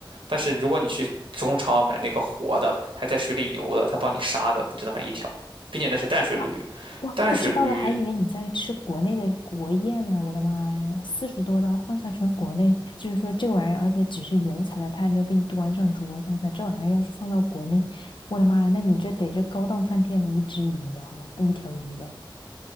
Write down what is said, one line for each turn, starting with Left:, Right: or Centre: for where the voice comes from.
Right: 但是如果你去中超买那个活的，还在水里游的，他帮你杀的，你只能买一条，并且那是淡水鲈鱼。
Left: 哇哇，
Right: 淡水鲈鱼，
Left: 不知道的还以为你在吃国内的国宴呢、我的妈呀，四十多刀换算成国内，就是说这玩意儿，而且只是原材料，他还没有给你端上桌上菜。这玩意儿要是放到国内，我的妈呀，那你这得是高档饭店的一只鱼了，好吧？一条鱼了。